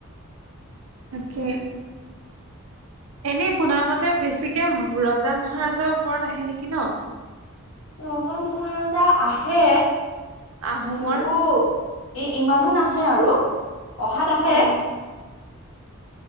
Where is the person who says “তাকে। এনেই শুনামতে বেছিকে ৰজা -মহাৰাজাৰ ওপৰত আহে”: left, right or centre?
Right